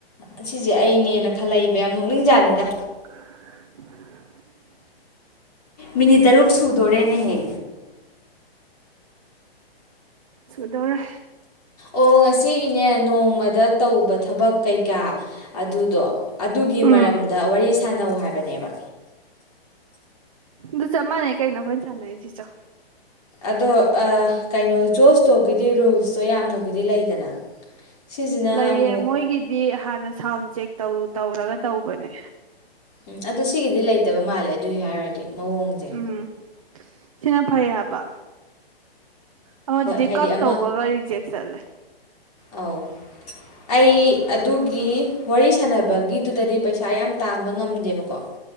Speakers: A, on the left; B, on the right.
A: ꯑꯁꯤꯁꯦ ꯑꯩꯅꯦꯅ ꯈꯜꯂꯛꯏꯕ ꯌꯥꯝ ꯅꯣꯛꯅꯤꯡꯖꯥꯠꯅꯤꯗ
B: <unintelligible>
A: ꯃꯤꯅꯤꯠ ꯇꯔꯨꯛ ꯁꯨꯗꯣꯔꯦꯅꯦꯍꯦ
B: ꯁꯗꯧꯔ
A: ꯑꯣ ꯉꯁꯤꯒꯤꯅꯦ ꯅꯣꯡꯃꯗ ꯗ ꯇꯧꯕ ꯊꯕꯛ ꯀꯩꯀꯥ ꯑꯗꯨꯗꯣ ꯑꯗꯨꯒꯤ
B: ꯎꯝ
A: ꯃꯔꯝꯗ ꯋꯥꯔꯤ ꯁꯥꯟꯅꯧ ꯍꯥꯏꯕꯅꯦꯕ
B: ꯑꯗꯨꯗꯨ ꯆꯞ ꯃꯥꯟꯅꯦꯩ ꯀꯩꯅꯣ ꯈꯣꯏ ꯆꯥꯅꯁꯤ ꯆ
A: ꯑꯗꯣ ꯀꯩꯅꯣ ꯖꯣꯁꯇꯣꯛꯀꯤꯗꯤ ꯔꯨꯜꯁꯇꯣ ꯌꯥꯝꯅꯕꯨꯗꯤ ꯂꯩꯗꯅ ꯁꯤꯁꯤꯅ
B: ꯂꯩꯌꯦ
A: ꯑꯃꯨꯛ
B: ꯃꯣꯏꯒꯤꯗꯤ ꯍꯥꯟꯅ ꯁꯥꯎꯟ ꯆꯦꯛ ꯇꯧꯔꯒ ꯇꯧꯕꯅꯦ
A: ꯎꯝ ꯑꯗꯨ ꯁꯤꯒꯤꯗꯤ ꯂꯩꯇꯕ ꯃꯥꯜꯂꯦ ꯑꯗꯨꯏ ꯍꯥꯏꯔꯗꯤ ꯃꯑꯣꯡꯁꯦ
B: ꯎꯝ ꯁꯤꯅ ꯐꯩ ꯍꯥꯏꯕ ꯍ ꯑꯗꯨꯗꯤꯛꯥꯛ
A: ꯍꯣꯏ ꯍꯥꯏꯗꯤ ꯑꯃ
B: ꯇꯕꯕ ꯒꯥꯖꯦꯛ ꯁꯂꯦ
A: ꯑꯧ ꯑꯩ ꯑꯗꯨꯒꯤ ꯋꯥꯔꯤ ꯁꯥꯟꯅꯕꯒꯤꯗꯨꯗꯗꯤ ꯄꯩꯁꯥ ꯌꯥꯝ ꯇꯥꯟꯕ ꯉꯝꯗꯦꯕꯀꯣ